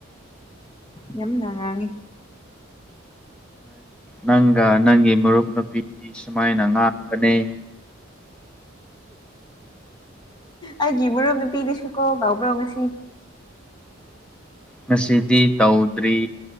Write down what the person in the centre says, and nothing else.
ꯅꯪꯒ ꯅꯪꯒꯤ ꯃꯔꯨꯞ ꯅꯨꯄꯤꯒꯤ ꯁꯨꯃꯥꯏꯅ ꯉꯥꯡꯕꯅꯦ
ꯉꯁꯤꯗꯤ ꯇꯧꯗ꯭ꯔꯤ